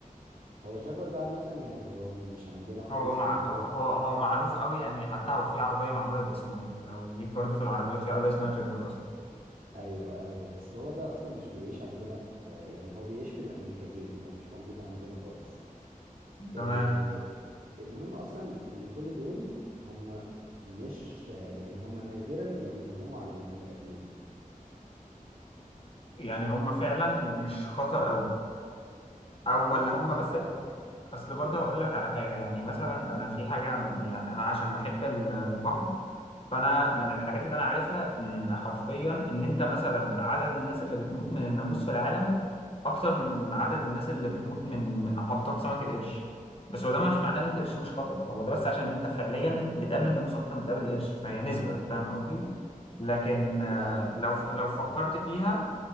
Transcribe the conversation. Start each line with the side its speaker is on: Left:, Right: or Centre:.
Right: هو الجاجور ده عامة يعني هو مش عندنا خالص
Left: هو مع
Right: لأن هو
Left: هو
Right: في
Left: هو معروف قوي يعني حتى هو في عربيه معموله باسمه يعني لو ليك برضو في العربيات في عربيه اسمها جاكوار اصلا
Right: ايوه ايوه بس هو ده اصلا مش بيعيش عندنا في يعني هو بيعيش في الامريكتين هو مش موجود عندنا خالص إيه
Left: تمام
Right: المهم اصلا ان كل دول هم مش يعني هم نادرا ما بيهجموا على البني ادمين
Left: يعني هم فعلا م- مش خطر قوي او
Right: هم
Left: ولا
Right: خطر
Left: هم بس
Right: طبعا
Left: اصل برضه هقول لك على حاجه يعني مثلا انا في حاجه م- يعني انا عشان بحب ال- البحر فانا من الحاجات اللي انا عارفها ان حرفيا ان انت مثلا عدد الناس اللي بتموت من الناموس في العالم اكتر من عدد الناس اللي بتموت من من عضات سمك القرش بس هو ده مش معناه ان القرش مش خطر هو ده بس عشان انت فعليا بتقابل الناموس اكتر من بتقابل القرش فهي نسبه فاهم قصدي لكن آه،
Right: لا
Left: لو ف- لو
Right: آه
Left: فكرت فيها